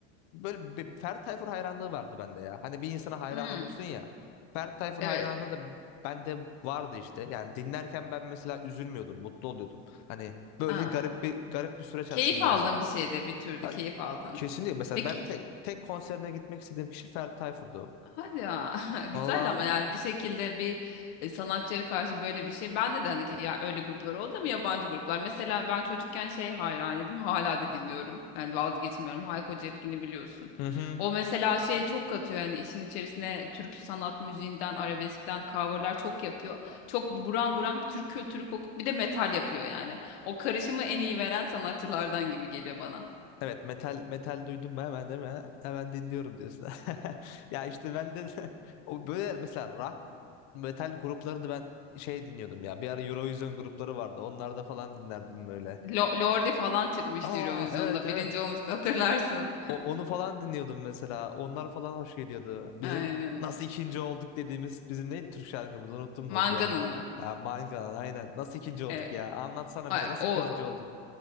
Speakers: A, on the left (about 55°); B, on the left (about 80°).
A: böyle bir Ferdi Tayfur hayranlığı vardı bende ya. Hani bir insana hayran
B: Hmm,
A: olursun ya. Ferdi Tayfur
B: evet.
A: hayranlığı da bende vardı işte. Yani dinlerken ben mesela üzülmüyordum, mutlu oluyordum. Hani böyle
B: Ha.
A: garip bir garip bir süreç
B: Keyif
A: aslında
B: aldın
A: yani.
B: bir şeyde bir türlü
A: Ha,
B: keyif aldın.
A: kesinlikle mesela
B: Peki
A: ben tek tek konserine gitmek istediğim kişi Ferdi Tayfur'du.
B: hadi ya <laughs> güzel
A: Valla.
B: ama yani bir şekilde bir e, sanatçıya karşı böyle bir şey. Ben de hani ki, ya öyle gruplar oldu mu yabancı gruplar. Mesela ben çocukken şey hayranıydım hala da dinliyorum. Yani vazgeçmiyorum Hayko Cepkin'i biliyorsun.
A: Hı hı.
B: O mesela şey çok katıyor yani işin içerisine türkü sanat müziğinden arabeskten coverlar çok yapıyor. Çok buram buram Türk kültürü kokup bir de metal yapıyor yani. O karışımı en iyi veren sanatçılardan gibi geliyor bana.
A: Evet metal metal duydum mu hemen değil mi? Hemen dinliyorum diyorsun. <laughs> Ya işte ben de <laughs> o böyle mesela rock metal gruplarını ben şey dinliyordum ya. Bir ara Eurovision grupları vardı. Onlarda falan dinlerdim böyle.
B: Lo- Lordi falan çıkmıştı
A: Aa
B: Eurovision'da.
A: evet evet.
B: Birinci olmuştu hatırlarsın.
A: O- onu falan dinliyordum mesela. Onlar falan hoş geliyordu. Bizim
B: Aynen.
A: nasıl ikinci olduk dediğimiz bizim neydi Türk şarkımız? Unuttum
B: Manga'nın
A: bak bir anda.
B: mı?
A: Ha Mangan aynen. Nasıl ikinci olduk
B: Evet.
A: ya? Anlatsana
B: Ay,
A: bize nasıl
B: O
A: ikinci olduk?